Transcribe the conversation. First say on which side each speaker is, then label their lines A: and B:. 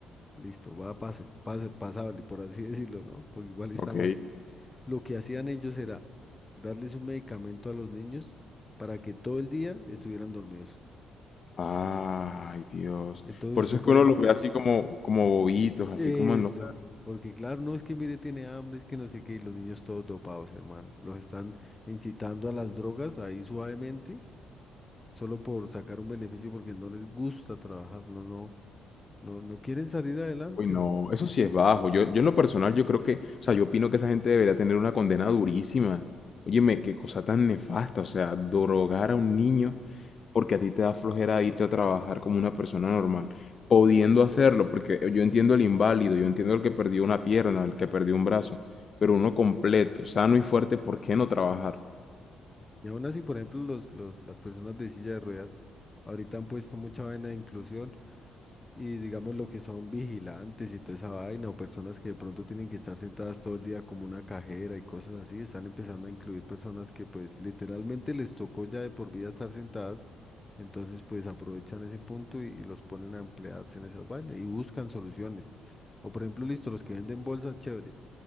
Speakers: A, on the left; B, on the left.
A: Listo, va, pase, pase, pasable, por así <laughs> decirlo, ¿no? Porque igual está
B: Ok.
A: mal. Lo que hacían ellos era darles un medicamento a los niños para que todo el día estuvieran dormidos.
B: Ay, Dios.
A: Entonces
B: Por
A: usted
B: eso es
A: por
B: que uno
A: eso
B: los
A: lo-
B: ve así como, como bobitos, así
A: Eso,
B: como en los...
A: porque claro, no es que mire, tiene hambre, es que no sé qué, y los niños todos dopados, hermano. Los están incitando a las drogas ahí suavemente, solo por sacar un beneficio porque no les gusta trabajar, no, no, no, no quieren salir adelante.
B: Uy, no, eso sí es bajo. Yo, yo en lo personal, yo creo que, o sea, yo opino que esa gente debería tener una condena durísima. Óyeme, qué cosa tan nefasta, o sea, drogar a un niño porque a ti te da flojera irte a trabajar como una persona normal, pudiendo hacerlo, porque yo entiendo el inválido, yo entiendo el que perdió una pierna, el que perdió un brazo, pero uno completo, sano y fuerte, ¿por qué no trabajar?
A: Y aún así, por ejemplo, los, los, las personas de silla de ruedas ahorita han puesto mucha vaina de inclusión Y digamos lo que son vigilantes y toda esa vaina, o personas que de pronto tienen que estar sentadas todo el día como una cajera y cosas así, están empezando a incluir personas que pues literalmente les tocó ya de por vida estar sentadas, entonces pues aprovechan ese punto y, y los ponen a emplearse en esas vainas y buscan soluciones. O por ejemplo, listo, los que venden bolsas, chévere,